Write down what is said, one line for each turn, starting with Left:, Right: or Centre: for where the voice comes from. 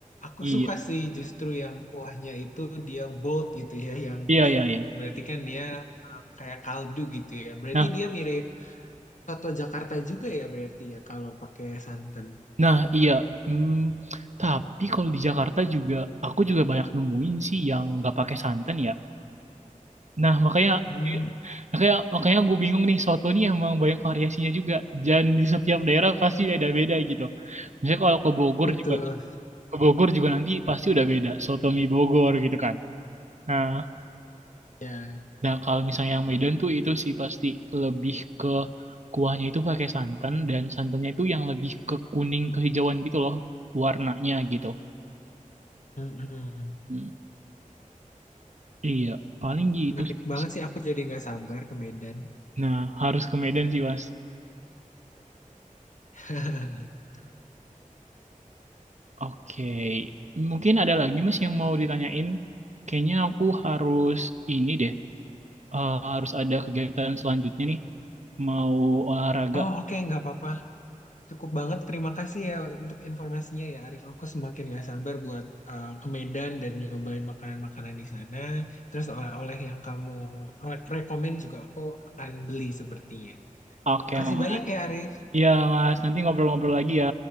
Left: Aku
Right: Iya.
Left: suka sih justru yang kuahnya itu dia bold gitu ya, yang
Right: Iya,
Left: thick.
Right: iya, iya.
Left: Berarti kan dia eh, kayak kaldu gitu ya. Berarti
Right: Nah,
Left: dia mirip soto Jakarta juga ya berarti ya kalau pakai santan.
Right: nah iya. Hmm, tapi kalau di Jakarta juga aku juga banyak nemuin sih yang nggak pakai santan ya. Nah, makanya
Left: Hmm,
Right: makanya makanya gue bingung nih soto nih emang banyak variasinya juga dan di setiap daerah pasti beda-beda gitu. Misalnya kalau ke Bogor
Left: betul.
Right: juga ke Bogor juga nanti pasti udah beda. Soto mie Bogor gitu kan. Nah,
Left: Ya,
Right: nah kalau misalnya yang Medan tuh itu sih pasti lebih ke kuahnya itu pakai santan dan santannya itu yang lebih ke kuning kehijauan gitu loh warnanya gitu.
Left: mm-mm.
Right: Hmm, Iya, paling gitu
Left: Menarik
Right: sih, Mas.
Left: banget sih aku jadi nggak sabar ke Medan.
Right: Nah, harus ke Medan sih, Mas.
Left: <laughs>
Right: Oke. Mungkin ada lagi Mas yang mau ditanyain. Kayaknya aku harus ini deh. eh, harus ada kegiatan selanjutnya nih. Mau olahraga.
Left: Oh oke nggak apa-apa. Cukup banget terima kasih ya untuk informasinya ya Arif. Aku semakin nggak sabar buat eh, ke Medan dan nyobain makanan-makanan di sana. Terus oleh-oleh yang kamu re rekomend juga aku akan beli sepertinya.
Right: Oke,
Left: Makasih
Right: makasih.
Left: banyak ya Arif.
Right: Iya Mas, nanti ngobrol-ngobrol lagi ya.